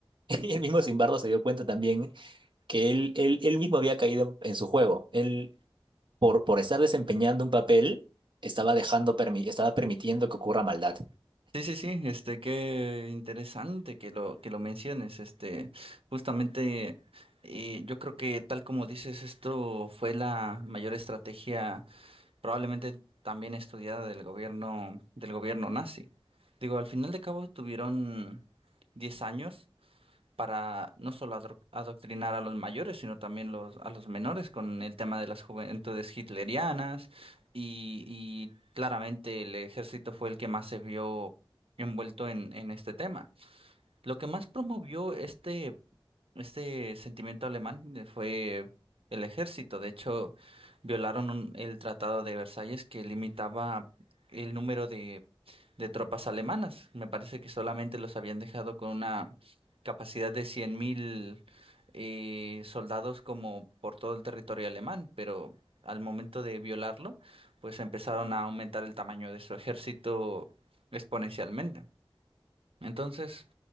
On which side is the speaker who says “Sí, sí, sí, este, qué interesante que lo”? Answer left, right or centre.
Right